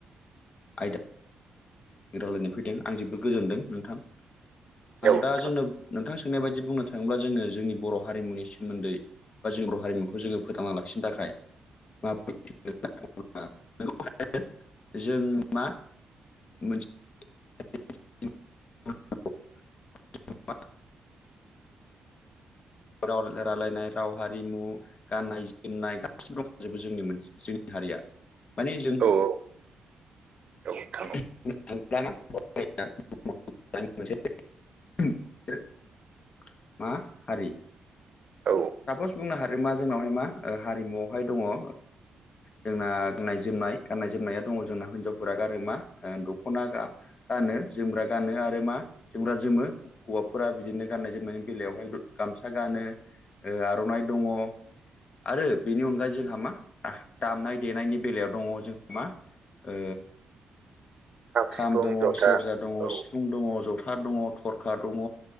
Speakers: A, on the left; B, on the right.
A: आयदा रावलायनो फैदों आं जोबोद गोजोनदों नोंथां
B: औ नोंथां
A: दा जोंनो
B: औ
A: नोंथां सोंनाय बायदि बुंनो थाङोब्ला जोङो जोंनि बर' हारिमुनि सोमोन्दै बा जोंनि बर' हारिमुखौ जोङो फोथांना ला नि थाखाय <unintelligible> जों मा मोनसे <unintelligible>
B: <inaudible>
A: राव राय्लायनाय राव हारिमु गाननाय जोमनाय गासिबो दंखजोबो जोंनि जोंनि हारिया माने जों
B: औ औ नोंथां औ
A: <unintelligible> मा हारि
B: औ
A: सापस बुंनो हादों मा जोंनावहाय मा हारिमुआवहाय दङ ओ जोंना गाननाय जोमनाय गाननाय जोमनाया दङ जोंना हिनजावफोरा गानो मा दख'ना गानो जोमग्रा गानो आरो मा जोमब्रा जोमो हौवाफोरा बिदिनो गाननाय जोमनायनि बेलायावहाय गामसा गानो ओ आर'नाइ दङ। आरो बेनि अनगायै जोंहा मा आ दामनाय देनायनि बेलायाव दङ जोंहा मा ओ खाम
B: सिफुं
A: दङ,
B: जथा
A: सेरजा दङ,
B: औ
A: सिफुं दङ, ज'था दङ, थरखा दङ